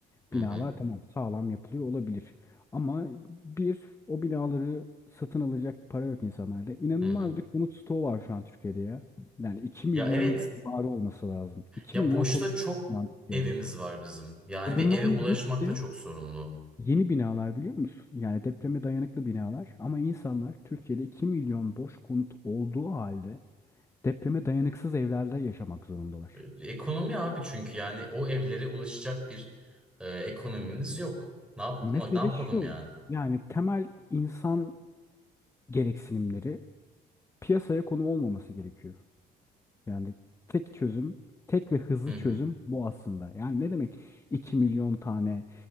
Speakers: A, in the centre; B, on the left.
A: Hı
B: Binalar
A: hı.
B: tamam sağlam yapılıyor olabilir. Ama bir o binaları satın alacak para yok insanlarda. İnanılmaz
A: Hı hı.
B: bir konut stoğu var şu an Türkiye'de ya. Yani iki milyon
A: Ya evet.
B: civarı olması lazım. 2
A: Ya
B: milyon
A: boşta
B: konut
A: çok
B: şu an Türkiye'de.
A: evimiz var bizim. Yani
B: Ve
A: ve
B: bunların
A: eve ulaşmak
B: hepsi
A: da çok sorunlu.
B: yeni binalar biliyor musun? Yani depreme dayanıklı binalar. Ama insanlar Türkiye'de 2 milyon boş konut olduğu halde depreme dayanıksız evlerde yaşamak zorundalar.
A: E, Ekonomi abi çünkü yani o evlere ulaşacak bir e, ekonomimiz yok. Ne yapma,
B: Mesele
A: ne yapalım
B: şu.
A: yani?
B: Yani temel insan gereksinimleri piyasaya konu olmaması gerekiyor. Yani tek çözüm, tek ve hızlı
A: Hı
B: çözüm
A: hı.
B: bu aslında. Yani ne demek 2 milyon tane